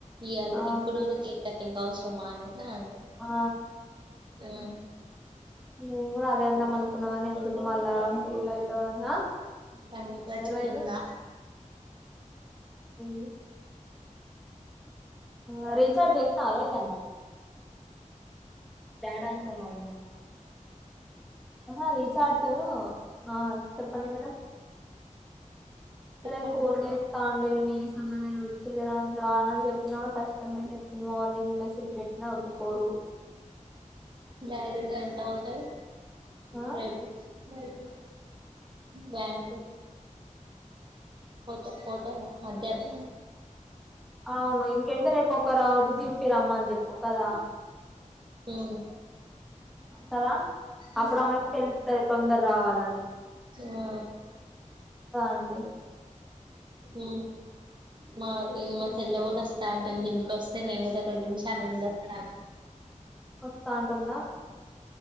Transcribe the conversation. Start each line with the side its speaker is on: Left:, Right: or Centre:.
Right: ఇయళ
Centre: అవునండి
Right: ఇప్పుడు కూడా కేక్ కట్టింగ్ అవసరమా అనేది అనేది అన్నది
Centre: ఆ
Right: ఉ <inaudible>
Centre: నేను కూడా అదే అందాం అనుకు అనుకున్నాని ఎందుకు మళ్ళా ఫీల్ అవుతాని అ
Right: పనికొచ్చుతుందా
Centre: ఏమైంది ఉ అ రిచార్జ్ ఎత్తవ్ అర్గుతున్నా త్యాడానికి నన్ను అడుగుతున్నావా ఆహ రీచార్జ్ ఆ చెప్పండి మేడం
Right: చెప్పండి
Centre: అరే పోల్గే తాండ నుని ఉండనీయు చేయరాదురా రానని చెప్పినోడు కష్టంమే లే మార్నింగ్ మెసేజ్ పెట్టినా ఒకోక్కరు
Right: బ్యాడిల్ ఎంతా పోస్తాడు
Centre: ఆ
Right: మ మరి బ్యాంక్ పోత డ్ పోతడ్ లే మధ్యానం
Centre: అవును ఇంకెందు రేపు ఒక్క రావద్దు దింపి రమ్మ అని చెప్పు కద
Right: ఉమ్
Centre: కదా
Right: ఉమ్
Centre: అప్పుడు ఆమెకి తెలుస్తది తొందరగా రావాలని నే
Right: ఆ
Centre: అండి
Right: ఉ మా ఏ మధ్యలో తెల్ల కూడా వస్తా ఉంటే దంట్ తస్తే నేందే మష ఆనంద వస్తా
Centre: వస్తా అంటుందా